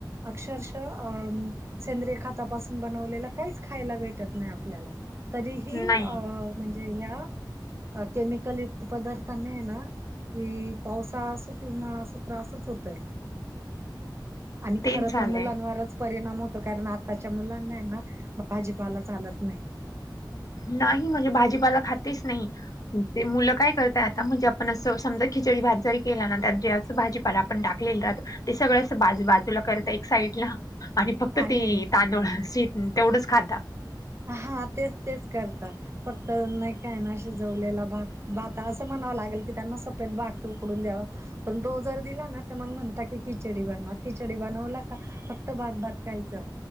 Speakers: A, on the right; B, on the left.
A: अक्षरश अ सेंद्रे खातापासून बनवलेलं काहीच खायला भेटत नाही आपल्याला तरीही
B: नाही
A: अ म्हणजे ह्या अ केमिकल युक्त पदार्था नाही ना कि पावसाळा अस उन्हाळा अस त्रासच होतय आणि
B: तेच
A: खर
B: झालंय
A: तर मुलांवरच परिणाम होतो कारण आत्ताच्या मुलांना ना भाजीपाला चालत नाही.
B: नाही म्हणजे भाजीपाला खातेच नाही. ते मुलं काय करतय आता म्हणजे आपण असं समजा खिचडी भात जरी केला ना त्या जे अस भाजी आपण टाकलेलं राहत ते सगळं अस बाजू बाजूला करत एक साईड ला आणि फक्त
A: आणि
B: ते तांदूळ शी तेवढंच खाता.
A: हा तेच तेच करता फक्त नाही काय ना शिजवलेला भात बाता असं म्हणावं लागेल की त्यांना सपद बाग उकडून द्यावं पण तो जर दिला ना तर मग म्हणता की खिचडी बनवा खिचडी बनवला का फक्त भात भात कयचा.